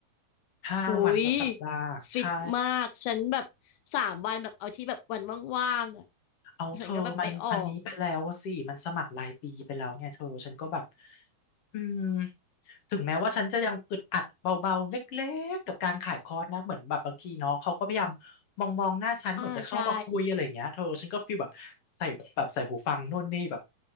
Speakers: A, on the left; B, on the left.
A: ห้าวันต่อสัปดาห์ใช่
B: หุยฟิตมากฉันแบบสามวันแบบเอาที่แบบวันว่างๆอะ
A: เอาเธอมันอันนี้ไปแล้วสิมันสมัครรายปีไปแล้วไงเธอฉันก็แบบ
B: ฉันก็แบบไปออก
A: อืมถึงแม้ว่าฉันจะยังอึดอัดเบาๆเล็กๆกับการขายคอร์สนะเหมือนแบบบางทีเนาะเขาก็พยายามมองมองหน้าฉันเหมือนจะเข้ามาคุยอะไรอย่างเงี้ยเธอฉันก็ฟีลแบบใส่แบบใส่หูฟังโนู่นนี่แบบ
B: อ่าใช่